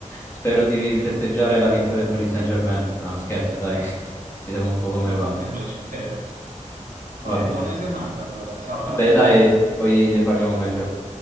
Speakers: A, on the left; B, on the right.
A: Spero di festeggiare la vittoria del Paris Saint-Germain. No, scherzo, dai. <laughs> Vediamo un po' come
B: No,
A: va.
B: <laughs> lo spero. Vai,
A: Va bene.
B: buona giornata allora. Ciao,
A: Va
B: Razzi.
A: bene, dai, poi ne parliamo meglio.